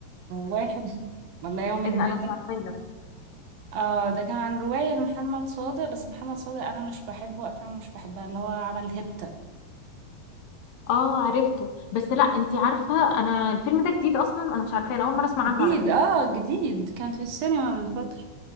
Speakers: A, on the right; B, on the left.
A: واحد ولا يوم ما
B: ايه ده انا
A: ده
B: مش عارفة ايه ده
A: اه ده كان عن رواية لمحمد صادق بس محمد صادق انا مش بحبه افلامه مش بحبها اللي هو عمل هيبتا
B: اه عرفته بس لأ انتي عارفة انا الفيلم ده جديد اصلا انا مش عارفة انا اول مرة اسمع
A: جديد
B: عنه على فكرة
A: اه جديد كان في السينما من فترة